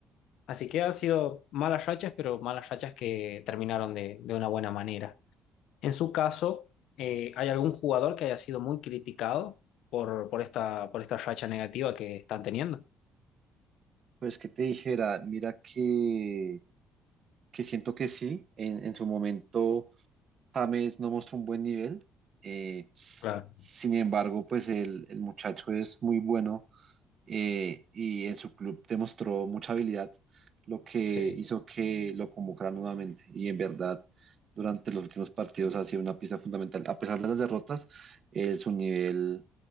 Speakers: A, on the left; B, on the right.
A: Así que han sido malas rachas, pero malas rachas que terminaron de, de una buena manera. En su caso, eh, ¿hay algún jugador que haya sido muy criticado por, por esta, por esta racha negativa que están teniendo?
B: Pues que te dijera, mira que, que siento que sí, en, en su momento James no mostró un buen nivel, eh,
A: Claro,
B: sin embargo, pues el, el muchacho es muy bueno eh, y en su club demostró mucha habilidad, lo que
A: sí,
B: hizo que lo convocaran nuevamente y en verdad durante los últimos partidos ha sido una pieza fundamental, a pesar de las derrotas, eh, su nivel